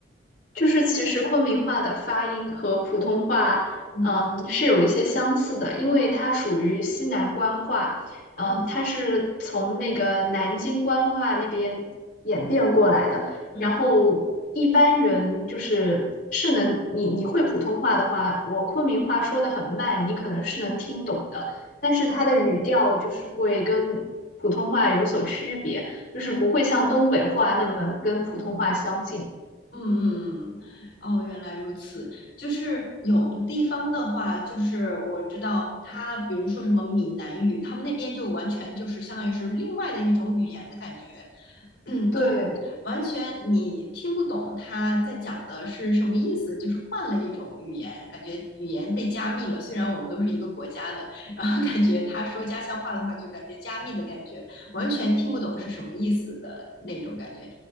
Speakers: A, on the left (about 45°); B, on the left (about 65°).
A: 就是其实昆明话的发音和普通话，
B: 嗯
A: 嗯，是有一些相似的，因为它属于西南官话，嗯，
B: 嗯
A: 它是从那个南京官话那边演变过来的。
B: 嗯，
A: 然后一般人就是是能，你你会普通话的话，我昆明话说的很慢，你可能是能听懂的，但是它的语调就是会跟普通话有所区别，
B: 哦。
A: 就是不会像东北话那么跟普通话相近。
B: 嗯嗯嗯，哦，原来如此。就是有的地方的话，就是我知道他，比如说什么闽南语，他们那边就完全就是相当于是另外的一种语言的感觉。<clears throat> 嗯，
A: 对。
B: 就是完全你听不懂他在讲的是什么意思，就是换了一种语言，感觉语言被加密了。虽然我们都是一个国家的，<laughs> 然后感觉他说家乡话的话，就感觉加密的感觉，完全听不懂是什么意思的那种感觉。